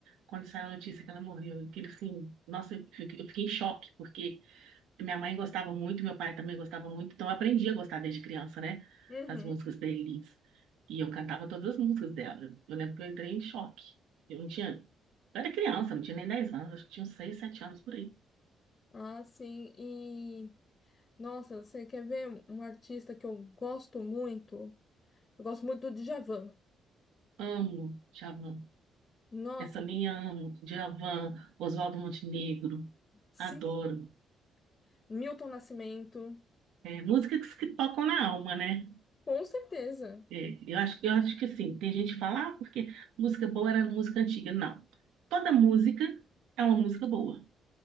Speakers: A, on the right (about 85°); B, on the left (about 35°).
A: quando saiu a notícia que ela morreu. Aquilo assim, nossa, eu fiquei eu fiquei em choque, porque Minha mãe gostava muito, meu pai também gostava muito, então eu aprendi a gostar desde criança, né?
B: Uhum.
A: Das músicas da Elis. E eu cantava todas as músicas dela. Eu lembro que eu entrei em choque. Eu não tinha. Eu era criança, não tinha nem 10 anos, acho que tinha uns 6, 7 anos por aí.
B: Ah, sim. Nossa, você quer ver um artista que eu gosto muito? Eu gosto muito do Djavan.
A: Amo Djavan.
B: Nossa,
A: Essa linha amo. Djavan, Oswaldo Montenegro,
B: Sim,
A: adoro.
B: Milton Nascimento,
A: É, músicas que tocam na alma, né?
B: com certeza.
A: É, eu acho, eu acho que assim, tem gente que fala, ah, porque música boa era música antiga. Não. Toda música é uma música boa.